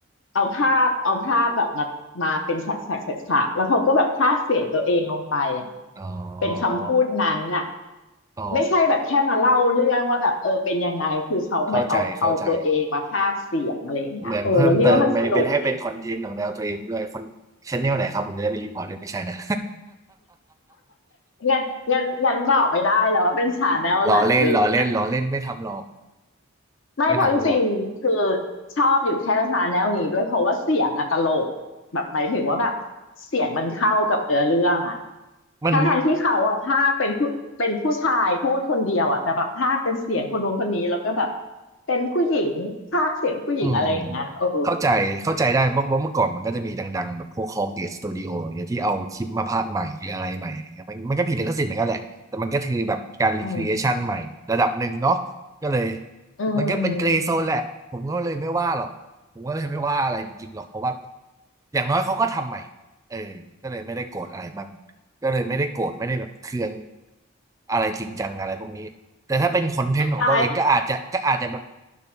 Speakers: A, on the left (about 70°); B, on the right (about 15°).
A: เอาภาพเอาภาพแบบมามาเป็นฉากฉากฉากฉากแล้วเขาก็แบบพากย์เสียงตัวเองลงไปอ่ะ
B: อ๋อ
A: เป็นคำพูดนั้นอ่ะ
B: อ๋อ
A: ไม่ใช่แบบแค่มาเล่าเรื่องว่าแบบเออเป็นยังไงคือเขาเหมือนเอาเอาตัวเองมาพากย์เสียงอะไรอย่างเงี้ยโอ้แล้วเรียกว่ามันสนุกไง
B: เข้าใจ เข้าใจ เหมือนเพิ่มเติมมันเป็นให้เป็นคอนเทนต์ของแนวตัวเองด้วยคนชแนลไหนครับผมจะได้ไปรีพอร์ตเลยไม่ใช่นะ
A: งั้นงั้นงั้นบอกไม่ได้แล้วว่าเป็นชาแนลไหนอะไรอย่างเงี้ย
B: <laughs> ล้อเล่นล้อเล่นล้อเล่นไม่ทำหรอก
A: ไม่เพราะจริงๆคือ
B: ไม่ทำหรอก
A: ชอบอยู่แค่ชาแนลนี้ด้วยเพราะว่าเสียงอะตลกแบบหมายถึงว่าแบบเสียงมันเข้ากับเนื้อเรื่องอะ
B: มัน
A: ทั้งทที่เขาอะพากย์เป็นผู้เป็นผู้ชายพูดคนเดียวอะแต่แบบพากย์เป็นเสียงคนนู้นคนนี้แล้วก็แบบเป็นผู้หญิงพากย์เสียงผู้หญิงอะไรอย่างเงี้ยเออ
B: อืมเข้าใจเข้าใจได้เพราะว่าเมื่อก่อนมันก็จะมีดังๆแบบพวกคอเกตสตูดิโออย่างเงี้ยที่เอาคลิปมาพากย์ใหม่หรืออะไรใหม่อะไรเงี้ยมันมันก็ผิดลิขสิทธิ์เหมือนกันแหละแต่มันก็คือแบบการรีครีเอชันใหม่ระดับหนึ่งเนาะก็เลย
A: อืม อื
B: มันก็เป็นเกรย์โซนแหละผมก็เลยไม่ว่าหรอกผมก็เลยไม่ว่าอะไรจริงๆหรอกเพราะว่า
A: ม
B: อย่างน้อยเขาก็ทำใหม่เออก็เลยไม่ได้โกรธอะไรมั่งก็เลยไม่ได้โกรธไม่ได้แบบเคืองอะไรจริงจังอะไรพวกนี้แต่ถ้าเป็นคอนเทนต์ของตัวเองก็อาจจะก็อาจจะแบบ
A: ตาย